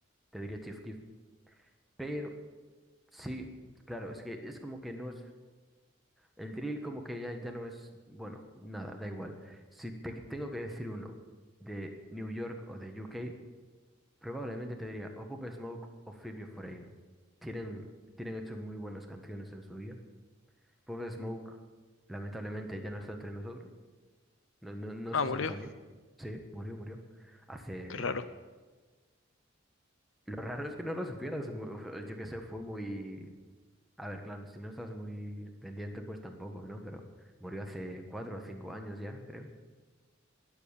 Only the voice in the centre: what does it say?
te diría Chief Keef, pero sí, claro, es que es como que no es, el drill como que ya, ya no es, bueno, nada, da igual. Si te tengo que decir uno de New York o de UK, probablemente te diría o Pop Smoke o Fibio Foreign. Tienen, tienen hecho muy buenas canciones en su día. Bob Smoke, lamentablemente, ya no está entre nosotros. No, no, no
sé
si lo sabía. Sí, murió, murió. Hace...
Lo raro es que no lo supieras. mu- fue- Yo qué sé, fue muy... A ver, claro, si no estás muy pendiente, pues tampoco, ¿no? Pero murió hace cuatro o cinco años ya, creo.